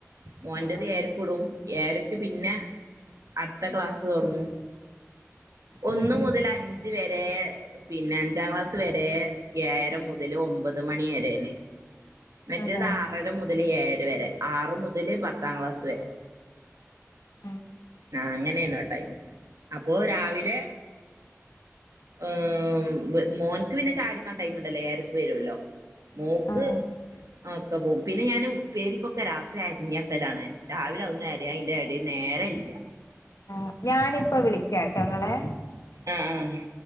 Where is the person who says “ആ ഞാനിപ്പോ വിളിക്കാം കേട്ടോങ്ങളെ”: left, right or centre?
Left